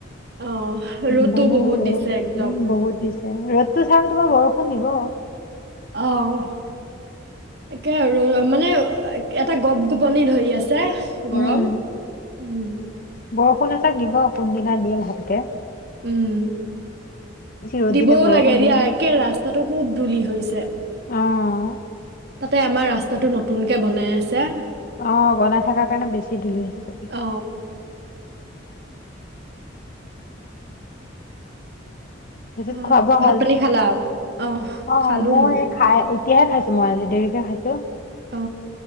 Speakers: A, on the right; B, on the left.
A: অ ৰ'দো
B: ইমানেই
A: বহুত
B: ৰ'দ।
A: দিছে
B: উম,
A: একদম
B: বহুত দিছে। ৰ'দটো চাই পেল তোমাৰ বৰষ শুন নিব অ
A: অ অও। একে আৰু মানে অ এটা গপ গপনি ধই আছে। গৰম
B: উ উ ম।
A: উম
B: বৰষুণ এ তাক দিব, কোনদিনা দিয়ে ভাতকে।
A: উম,
B: ৰ'দ
A: দিবও
B: দিলে বৰষুণ
A: লাগে দিয়া
B: দিয়ে ন।
A: একে ৰাস্তাটো সুব ধূলি হৈইছে।
B: অ',
A: তাতে আমা ৰাস্তাটো নতুনকে বনাই আছে
B: অ' বনাই থাকা কাৰণে বেছি ধূলি হৈছে চাগে।
A: অ
B: তাৰপিছত
A: অ'
B: খোৱা বোৱা
A: ভাত
B: হ'ল?
A: পানী খালা আও! অহ
B: অ',
A: খালো মই।
B: খাই এতিয়াহে খাইছো মই আজি। দেৰিকে খাইছো।
A: অ